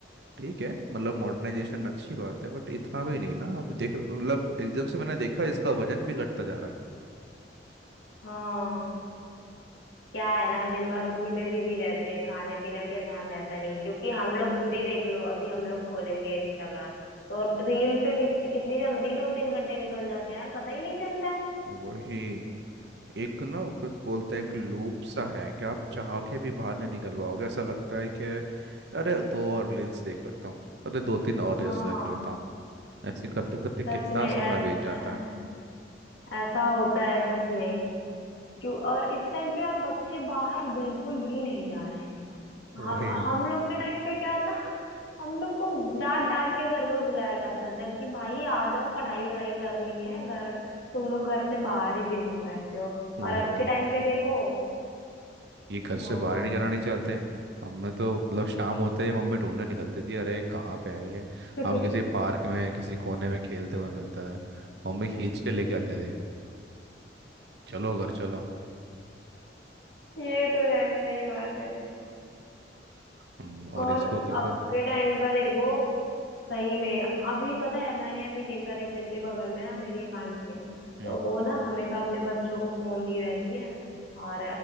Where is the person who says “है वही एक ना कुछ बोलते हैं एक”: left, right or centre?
Right